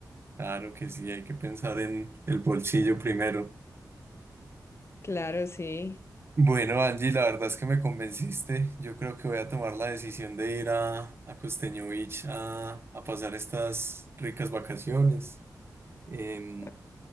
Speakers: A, on the right (about 35°); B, on the left (about 40°).
A: Claro que sí, hay que pensar en el bolsillo primero.
B: Claro, sí.
A: Bueno, Angie, la verdad es que me convenciste. Yo creo que voy a tomar la decisión de ir a, a Costeño Beach a, a pasar estas ricas vacaciones. Em,
B: Ah,